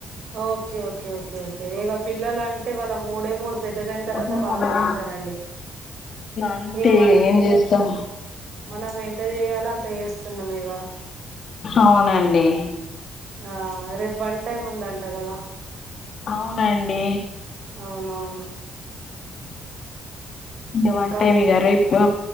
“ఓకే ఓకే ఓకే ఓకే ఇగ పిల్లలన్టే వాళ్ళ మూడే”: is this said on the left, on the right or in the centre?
Right